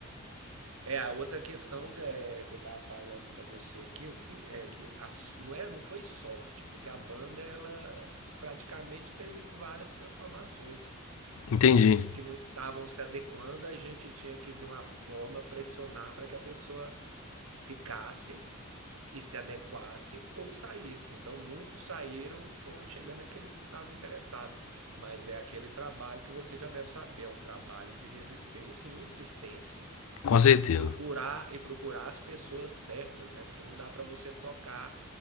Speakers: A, on the right; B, on the left.
A: É, a outra questão que, é, que eu tava falando pra você aqui, assim, é que a s- não é, não foi sorte, porque a banda, ela praticamente teve várias transformações.
B: Entendi.
A: Aqueles que não estavam se adequando, a gente tinha que, de uma forma, pressionar para que a pessoa ficasse e se adequasse ou saísse. Então muitos saíram e foram chegando aqueles que estavam interessados. Mas é aquele trabalho que você já deve saber, é um trabalho de resistência e insistência
B: Com certeza.
A: e procurar e procurar as pessoas certas, né? Porque não dá para você tocar,